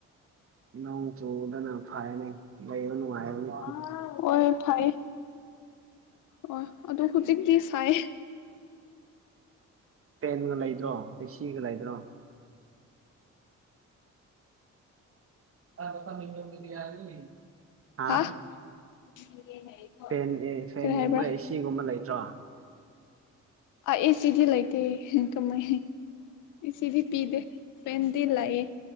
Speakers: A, on the right; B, on the left.
A: ꯅꯣꯡ ꯆꯨꯗꯨꯅ ꯐꯥꯏꯅꯤ ꯂꯩꯩꯕ ꯅꯨꯡꯉꯥꯏꯔꯝꯅꯤ
B: ꯑꯣꯢ ꯐꯩ ꯑꯣꯢ ꯑꯗꯨ ꯍꯨꯖꯤꯛꯇꯤ ꯁꯥꯏ
A: ꯐꯦꯟꯒ ꯂꯩꯗ꯭ꯔꯣ ꯑꯦꯁꯤꯒ ꯂꯩꯗ꯭ꯔꯣ ꯑꯥ
B: ꯍꯥ <inaudible>
A: ꯄꯦꯟ ꯑꯦ ꯐꯦꯟꯒꯨꯝꯕ
B: ꯀꯔꯤ ꯍꯥꯏꯕ꯭ꯔꯥ
A: ꯑꯦꯁꯤꯒꯨꯝꯕ ꯂꯩꯇ꯭ꯔꯣ
B: ꯑ ꯢꯁ ꯁꯤꯗꯤ ꯂꯩꯇꯦ ꯀꯃꯥꯏꯅꯥ ꯍꯥꯏꯅꯤ ꯑꯦꯁꯤꯗꯤ ꯄꯤꯗꯦ ꯐꯦꯟꯗꯤ ꯂꯩꯌꯦ